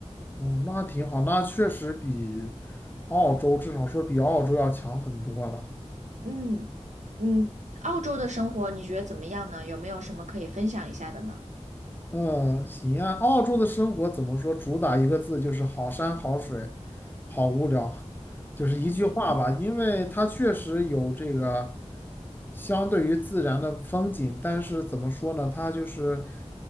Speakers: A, on the left; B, on the right.
A: 哦，那挺好，那确实比澳洲至少说比澳洲要强很多了。
B: 嗯嗯，澳洲的生活你觉得怎么样呢？有没有什么可以分享一下的呢？
A: 嗯，行啊。澳洲的生活怎么说？主打一个字，就是好山好水，好无聊，<laughs> 就是一句话吧。因为它确实有这个。相对于自然的风景，但是怎么说呢，它就是